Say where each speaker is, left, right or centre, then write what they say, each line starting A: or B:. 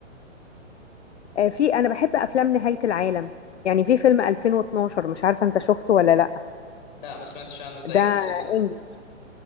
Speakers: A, on the left; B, on the left.
A: آه، في انا بحب افلام نهاية العالم يعني في فيلم 2012 مش عارفة انت شفته ولا لا
B: لا ما سمعتش عنه ده ايه
A: ده
B: قصته ده؟
A: انجليش